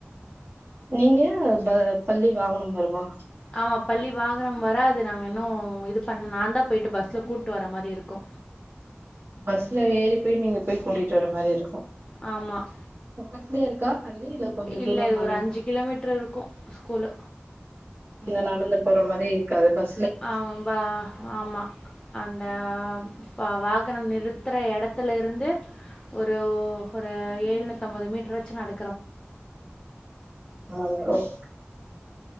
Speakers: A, on the right; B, on the left.
A: நீங்க அ ப பள்ளி வாகனம் வருமா
B: ஆமா பள்ளி வாகனம் வராது நாங்க இன்னு இது பண்ண நான்தா போயிட்டு பஸ்ல கூப்ட்டு வர்ர மாரி இருக்கு
A: பஸ்ல ஏறி போய் நீங்க போய் கூட்டி ட்டு வர மாரி இருக்கு
B: ஆமாம்
A: பக்கத்தலயே இருக்கா பள்ளி இல்ல கொஞ்சோ தூரோ
B: இல்லை இது
A: நடந்து
B: ஒரு அஞ்சு கிலோமீட்டர் இருக்கும் ஸ்கூலு
A: அப்டியே நடந்து போற மாரி காது பஸ்
B: ஆம்பா ஆமா அந்த பா வாக் நம்ம நிறுத்தற எடத்துல இருந்து ஒரு ஒரு ஏழ்நூத்தம்பது மீட்டர் ஆச்சு நட
A: ஆ ஓக்